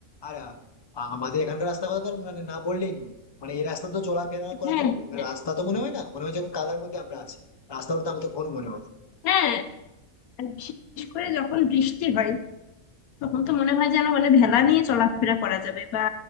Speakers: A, on the left; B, on the left.
A: আর আহ, আমাদের এখানকার রাস্তা কথা তো আর মানে না বললেই নয় মানে এই রাস্তা তো চলাফেরা করার
B: হ্যাঁ
A: জন্য নয়। মানে
B: হ্যাঁ
A: রাস্তা তো মনে হয় না মনে হয় যেমন কাদার মধ্যে আমরা আছি রাস্তা বলতে আমার তো আমাদের কখনো মনে হয় না।
B: হ্যাঁ আর বিশেষ করে যখন বৃষ্টি হয় তখন তো মনে হয় যেন মানে ভেলা নিয়ে চলাফেরা করা যাবে বা